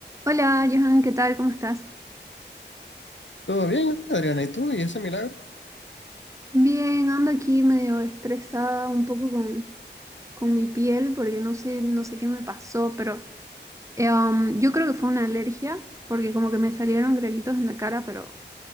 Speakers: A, on the right (about 15°); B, on the left (about 85°).
A: Hola, Johan, ¿qué tal? ¿Cómo estás?
B: Todo bien, Adriana, ¿y tú? ¿Y ese milagro?
A: Bien, ando aquí medio estresada un poco con, con mi piel porque no sé, no sé qué me pasó, pero eh, um, yo creo que fue una alergia porque como que me salieron granitos en la cara, pero